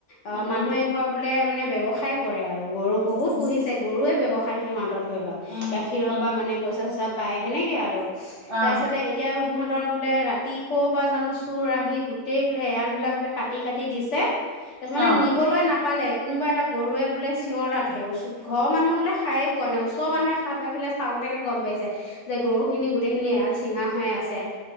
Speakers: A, on the left; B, on the right.
A: অ',
B: উম
A: মানুহে এঘৰ বোলে মানে ব্যৱসায় কৰে আৰু। গৰু বহুত
B: উম
A: পুহিছে গৰুৱে ব্যৱসায়ি সিহঁত ধৰি লওঁ
B: উম
A: গাখীৰৰ
B: উম
A: পৰা মানে পইচা আ পায় সেনেকে আৰু।
B: অ
A: তাৰপিছতে এতিয়া সিহঁতৰ বোলে ৰাতি ক'ৰ পৰা জানো চোৰ আহি গোটেই বোলে এৰালবিলাক বোলে কাটি কাটি দিছে। ত মানে
B: অ
A: নিবলৈ নাপ পালে কোনোবা এটা গৰুৱে বোলে চিঞৰা ৰাধে চৰৰ মানুহ বোলে খায়াই পোৱা নাই ওচৰ মুহে খ পাই পেলাই চাওঁতেহে গম পাইছে। যে গৰু খিনি গোটেইখিনি এৰাল চিঙা হৈ আছে।